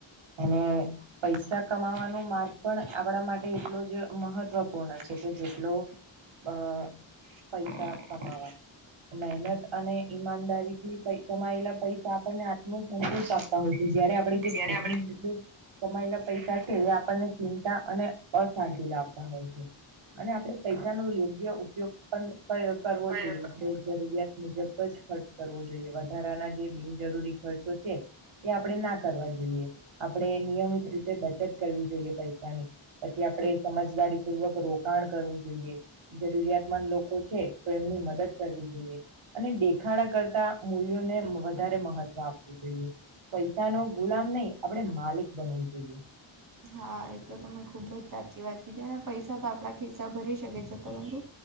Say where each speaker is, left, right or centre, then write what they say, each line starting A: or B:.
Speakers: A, on the right (about 75°); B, on the right (about 45°).
A: અને પૈસા કમાવાનો માર્ગ પણ આપણા માટે એટલો જ મહત્વપૂર્ણ છે, કે જેટલો અ પૈસા કમાવા મહેનત અને ઈમાનદારીથી પય કમાયેલા પૈસા આપણને આત્મ સંતોષ આપતા હોય છે, જયારે આપણે જે
B: જ્યારે
A: ખો <unintelligible> કમાયેલા પૈસા છે, એ આપણને ચિંતા અને અશાંતિ લાવતા હોય છે. અને આપડે પૈસાનો યોગ્ય ઉપયોગ પણ <unintelligible> કરવો
B: આપણે
A: જોઈએ જ જરૂરિયાત મુજબ જ ખર્ચ કરવો જોઈએ વધારાના જે બિનજરૂરી ખર્ચો છે. એ આપડે ના કરવા જોઈએ આપડે નિયમિત રીતે બચત કરવી જોઈએ પૈસાની પછી આપણેે સમજદારી પૂર્વક રોકાણ કરવું જોઈએ. જરૂરિયાતમંદ લોકો છે, તેમની મદદ કરવી જોઈએ. અને દેખાડા કરતા મૂલ્યોને વ વધારે મહત્વ આપવું જોઈએ પૈસાનો ગુલામ નહી આપણે માલિક બનવું જોઈએ.
B: હા, એ તો તમે ખૂબ જ સાચી વાત કીધી અને પૈસા તો આપણા ખિસ્સા ભરી શકે છે, પરંતુ